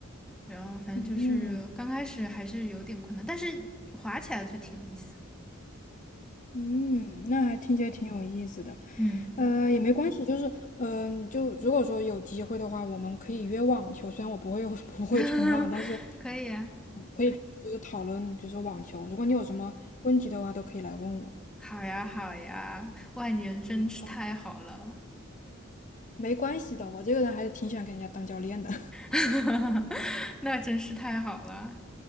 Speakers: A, in the centre; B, on the left.
A: 然后反正就是刚开始还是有点困难，
B: 嗯
A: 但是滑起来就挺有意思。
B: 嗯，那还听起来挺有意思的。
A: 嗯
B: 呃，也没关系，就是嗯、呃就如果说有机会的话，我们可以约网球。虽然我不会 <laughs> 不会冲浪，
A: <laughs>，
B: 但是
A: 可以啊，
B: 可以就是讨论就是网球。如果你有什么问题的话，都可以来问我。
A: 好呀好呀，外年真是太好了
B: 好的，没关系的，我这个人还是挺喜欢给人家当教练的。
A: <laughs>，那真是太好了，